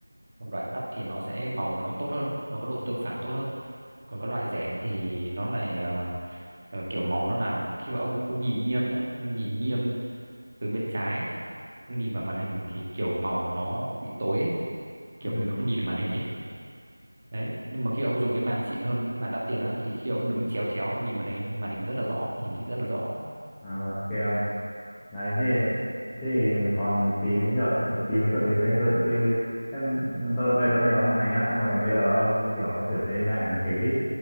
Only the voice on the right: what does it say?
một loại đắt thì nó sẽ màu nó sẽ tốt hơn nó có độ tương phản tốt hơn còn các loại rẻ thì nó lại ờ, ờ, kiểu màu nó làm khi mà ông ông nhìn nghiêng nhá ông nhìn nghiêng từ bên trái ông nhìn vào màn hình thì kiểu màu nó bị tối ấy. kiểu
mình không nhìn được màn hình ấy đấy nhưng mà khi ông dùng cái màn xịn hơn cái màn đắt tiền đó thì khi ông đứng chéo chéo ông nhìn màn hình màn hình rất là rõ hiển thị rất là rõ